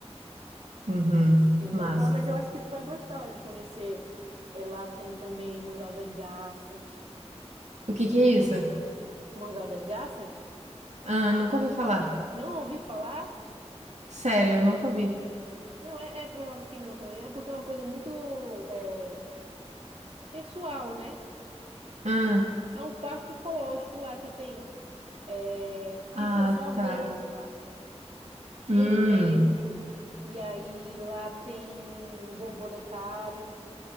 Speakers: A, on the right; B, on the right.
A: Uhum.
B: Entendeu?
A: Massa.
B: Ó, Mas eu acho que tu vai gostar lá de conhecer. É, lá tem também Mangal das Garças.
A: O que que é isso?
B: O Mangal das Garças?
A: Ah, nunca ouvi falar.
B: Não ouviu falar?
A: Sério, eu nunca ouvi.
B: Não, é, é provável que não também. É porque é uma coisa muito é, pessoal, né?
A: Ah.
B: É um parque ecológico lá que tem. É,
A: Ah,
B: tipo, é só verde
A: tá.
B: lá. Cheio
A: Hum.
B: de verde. E aí lá tem o borboletário.